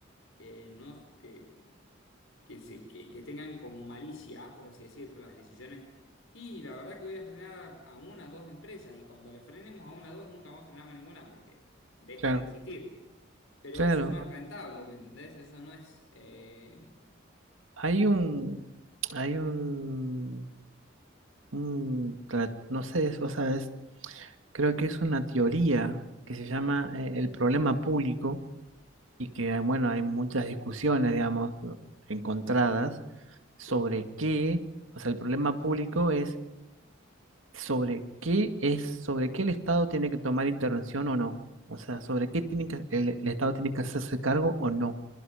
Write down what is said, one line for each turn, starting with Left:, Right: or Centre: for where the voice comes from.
Left: que no, que que, se- que, que tengan como malicia, por así decirlo, las decisiones. Y la verdad que voy a frenar a una o dos empresas y cuando le frenemos a una o dos nunca más frenamos ninguna porque dejan
Right: claro,
Left: de existir. Pero
Right: claro,
Left: eso no es rentable, ¿me entendés? Eso no es... eh,
Right: hay un, hay un, un tra- no sé, eso, sabes, creo que es una teoría que se llama eh, el problema público y que, ah, bueno, hay muchas discusiones, digamos, encontradas sobre
Left: Sí,
Right: qué, o sea, el problema público es sobre qué es, sobre qué el Estado tiene que tomar intervención o no. O sea, sobre qué tiene que, el, el Estado tiene que hacerse cargo o no.